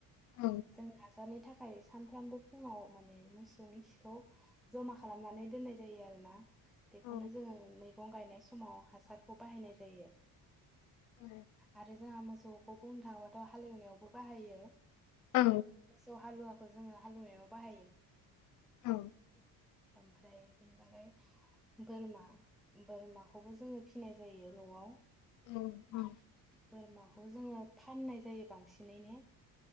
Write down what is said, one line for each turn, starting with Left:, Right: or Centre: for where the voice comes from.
Left: औ
Centre: जों नाजानाय थाखाय <unintelligible> सानफ्रामबो फुङाव माने मोसौनि खिखौ जमा खालामनानै दोननाय जायो आरोना बेखौनो
Left: औ
Centre: जोङो <unintelligible> मैगं गायनाय समाव हासारखौ बाहायनाय जायो
Left: औ
Centre: आरो <unintelligible> <unintelligible> बुंनो थाङोबाथ' हालेवनायावबो बाहायो
Left: औ
Centre: मोसौ <unintelligible> जोङो हालएवनायाव बाहायो <unintelligible>
Left: औ
Centre: ओमफ्राय बेनि बागै बोरमा-बोरमाखौबो जोङो फिनाय जायो न'आव
Left: उम औ
Centre: <inaudible> बोरमाखौ जोङो फाननाय जायो बांसिनैनो